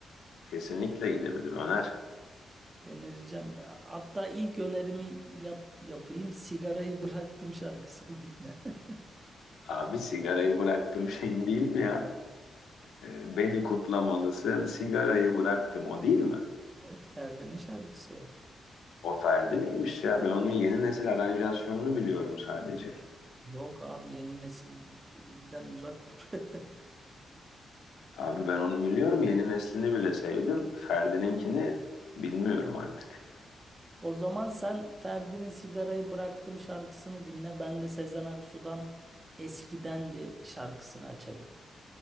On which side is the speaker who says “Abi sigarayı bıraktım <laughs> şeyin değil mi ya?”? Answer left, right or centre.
Left